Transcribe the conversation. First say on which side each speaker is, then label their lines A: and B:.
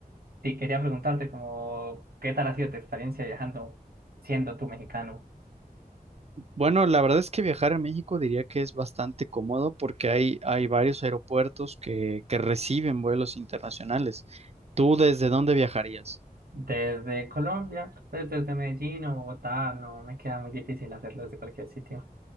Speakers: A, on the right; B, on the right.
A: sí, quería preguntarte como, ¿qué tal ha sido tu experiencia viajando siendo tú mexicano?
B: bueno, la verdad es que viajar a México diría que es bastante cómodo porque hay, hay varios aeropuertos que, que reciben vuelos internacionales. ¿Tú desde dónde viajarías?
A: Desde Colombia, pues desde Medellín o Bogotá, no me queda muy difícil hacerlo desde cualquier sitio.